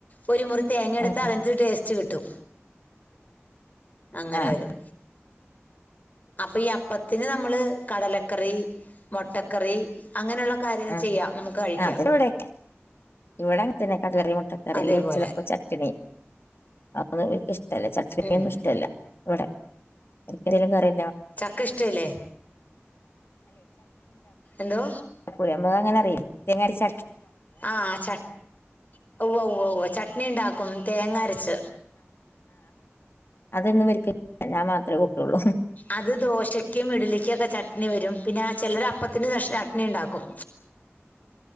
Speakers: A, on the left; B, on the left.
A: ഒരു മുറി തേങ്ങ എടുത്ത
B: ആഹ്
A: അത് ടേസ്റ്റ് ച്ച് കിട്ടും അങ്ങനെ
B: ആഹ്
A: വരും അപ്പൊ ഈ അപ്പത്തിന് നമ്മള് കടലക്കറി മൊട്ടക്കറി അങ്ങനെള്ള കാര്യങ്ങൾ
B: ആഹ്
A: ചെയ്യാം നമക്ക് കഴിക്കാം
B: ആഹ് അത് ഇവിടെയൊക്കെ ഇവിടെ അങ്ങ് തന്നെ കട്‌ല റി മുട്ടക്കറി
A: അതേപോലെ
B: ല്ലി ചെലപ്പോ ചട്ടി വി <unintelligible> ഇഷ്ടല്ല ചക്കരക്കിഴങ്ങ്
A: ഉം
B: ഇഷ്ടല്ല വ്ടെ എന്തേലും കാര്യ
A: ചക്ക ഇഷ്ടല്ലേ എന്തോ
B: അപ്പോ നമ്മൾ എങ്ങനെ അറി തേങ്ങ അരച്ച
A: ആ ചട് ഉവ്വോ ഉവ്വോ ഉവ്വ് ചട്ട്ണി ഉണ്ടാകും തേങ്ങ അരച്ച്
B: അതെന്നും വെക്കലില്ല ഞാൻ മാത്രേ കൂട്ടൊള്ളൂ
A: അത് ദോശയ്ക്കും ഇഡലിക്കൊക്കെ ചട്ട്ണി വരും പിന്നെ ആ ചെലർ അപ്പ അപ്പത്തിന് ചട്ട്ണി ഇണ്ടാക്കും